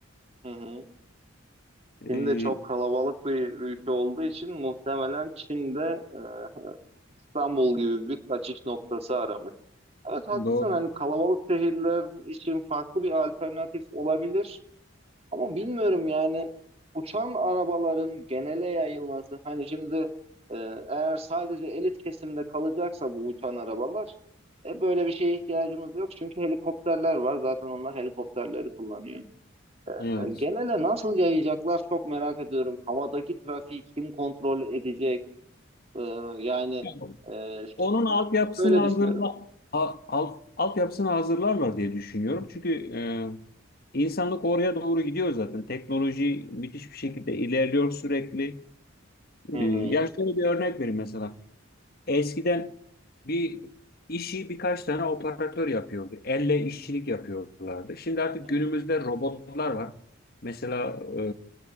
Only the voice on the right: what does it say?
Hı hı.
Çin de çok kalabalık bir ülke olduğu için muhtemelen Çin de e, İstanbul gibi bir kaçış noktası aramış. Evet haklısın
hani kalabalık şehirler için farklı bir alternatif olabilir. Ama bilmiyorum yani uçan arabaların genele yayılması hani şimdi e, eğer sadece elit kesimde kalacaksa bu uçan arabalar e, böyle bir şeye ihtiyacımız yok. Çünkü helikopterler var zaten onlar helikopterleri kullanıyor.
E, genele nasıl yayacaklar çok merak ediyorum. Havadaki trafiği kim kontrol edecek? E, yani
e, şu-
ben böyle
düşünüyorum.
Hı
hı.
Evet.